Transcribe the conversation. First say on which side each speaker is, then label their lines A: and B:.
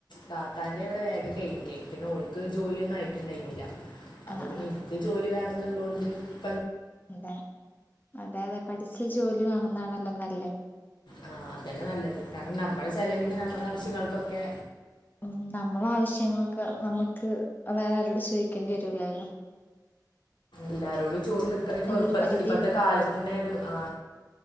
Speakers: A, on the left; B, on the left.
A: താത്താന്റെ ഇവിടെ വേഗം കഴിഞ്ഞ് പിന്നെ ഓൾക്ക് ജോലിയൊന്നും ആയിട്ടിണ്ടാനില്ല അപ്പൊ
B: ആ
A: പിന്നെ
B: ആ
A: എനിക്ക് ജോലി വേണം ഇടങ്ങളള്ളാം ഉണ്ട് <inaudible>
B: അതെ അതെ അതെ പഠിച്ച ജോലി അങ്ങുന്നതാണല്ലോ നല്ലത്
A: ആഹ അതന്നെ നല്ലത് കാരണം നമ്മുടെ ചിലവിന് നമ്മുടെ ആവിശ്യങ്ങൾക്കൊക്കെ ഒക്കെ
B: ഉ നമ്മള ആവശ്യങ്ങളൊക്കെ നമ്മുക്ക് വേറെ ആരോട് ചോദിക്കേണ്ടി വ- ജോലി ആയിലോ
A: എല്ലാരോടും ചോദിക്കുന്നത് ഇപ്പത്തെ
B: ഒരു പരിധി
A: ഇപ്പത്തെ കാലത്തിന്റെ ഒരു ആ